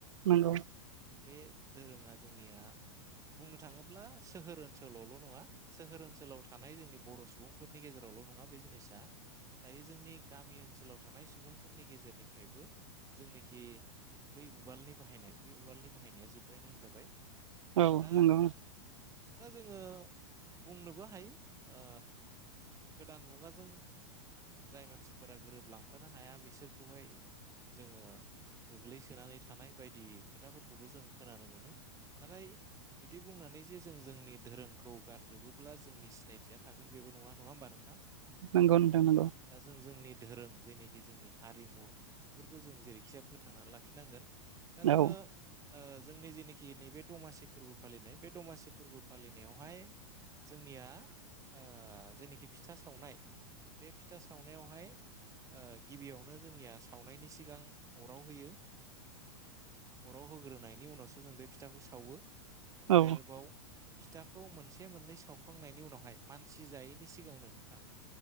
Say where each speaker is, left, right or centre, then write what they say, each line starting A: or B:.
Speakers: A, on the right; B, on the right.
A: नंगौ
B: बे दोरोङा जोंनिया बुंनो थाङोब्ला सोहोर ओनसोलावल' नङा सोहोर ओनसोलाव थानाय जोंनि बर' सुबुंफोरनि गेजेरावल' नङा बे जिनिसा दायो जोंनि गामि ओनसोलाव थानाय सुबुंफोरनि गेजेरनिफ्रायबो जोंनोखि बै उवालनि बाहायनाय बे उवालनि बाहायनाया जोब्बायानो होनजाबाय।
A: औ
B: दा
A: नंगौ ओं
B: दा जोङो बुंनोबो हायो ओ गोदान मुगाजों जाय मानसिफोरा गोरोबलांफानो हाया बिसोरखौहाय जोङो गोग्लैसोनानै थानाय बायदि खोथाफोरखौबो जों खोनानो मोनो नाथाय बिदि बुंनानै जे जों जोंनि धोरोंखौ गारजोबोब्ला जोंनि सिनायथिया थागोन बेबो नङा नङा होमबा नोंथां?
A: नंगौ नोंथां नंगौ
B: दा जों जोंनि धोरों जेनोखि जोंनि हारिमु बेफोरखौ जों जेरैखिजाया फोथांनानै लाखिनांगोन। दा जोङो
A: औ
B: ओ जोंनि जेनिख खि नैबे दमासि फोरबो फालिनाय बे दमासि बे फोरबो फालिनायावहाय जोंनिया ओ जेनोखि फिथा सावनाय बे फिथा सावनायावहाय ओ गिबियावनो जोंनिया सावनायनि सिगां अराव होयो अराव होग्रोनायनि उनावसो जों बे फिथाखौ सावो। ओमफ्राय
A: औ
B: आरोबाव फिथाखौ मोनसे मोननै सावखांनायनि उनावहाय मानसि जायैनि सिगांनो नोंथां